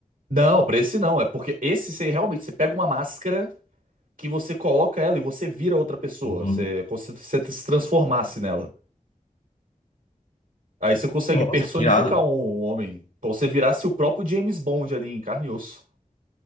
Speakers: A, on the right; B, on the left.
A: Não, pra esse não, é porque esse você realmente, você pega uma máscara que você coloca ela e você vira outra pessoa,
B: Uhum.
A: você, como se você se transformasse nela. Aí você consegue
B: Nossa,
A: personificar
B: que irado.
A: um um homem, como se você virasse o próprio James Bond ali em carne e osso.